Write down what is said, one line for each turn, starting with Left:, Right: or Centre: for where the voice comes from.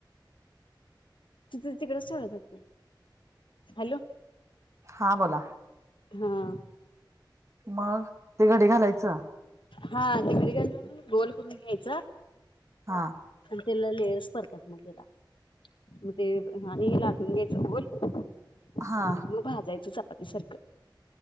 Left: तिथ तिकडेच ठेवल्यात हॅलो.
Right: हा बोला.
Left: हां.
Right: मग ते घडी घालायचं?
Left: हा तिकडे गोल करून घ्यायच
Right: हां.
Left: त्याला लेयर्स पडत्यात मग त्याला, मग ते आणि लाटून घ्यायचं गोल आणि
Right: हा
Left: मग भाजायचं. पाती सारखं <inaudible>